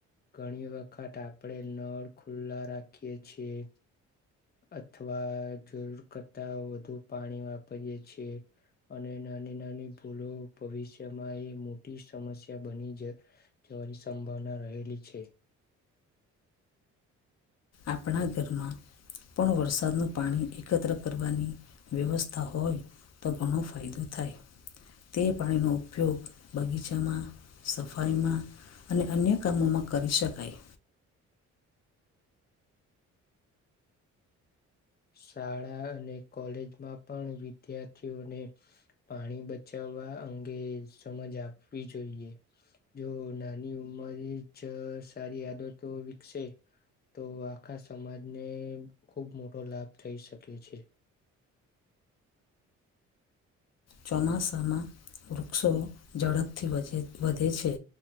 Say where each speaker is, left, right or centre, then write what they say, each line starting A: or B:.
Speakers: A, on the left (about 30°); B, on the left (about 55°).
A: ઘણી વખત આપણેે નળ ખુલ્લા રાખીએ છીએ અથવા જરૂર કરતાં વધુ પાણી વાપરીએે છીએ, અને નાની- નાની ભૂલો ભવિષ્યમાંએ મોટી સમસ્યા બનીજ જવાની સંભાવના રહેલી છે.
B: આપણા ઘરમાં, પણ વરસાદનું પાણી એકત્ર કરવાની વ્યવસ્થા હોય, તો ઘણો ફાયદો થાય તે પાણીનો ઉપયોગ બગીચામાં સફાઈમાં અને અન્ય કામોમાં કરી શકાય.
A: શાળા અને કોલેજમાં પણ વિદ્યાર્થીઓને પાણી બચાવવા અંગે સમજ આપવી જોઈએ. જો નાની ઉંમર જ સારી આદતો વિકસે. તો આખા સમાજને ખુબ મોટો લાભ થઈ શકે છે.
B: ચોમાસામાં વૃક્ષો ઝડપથી વધે વધે છે,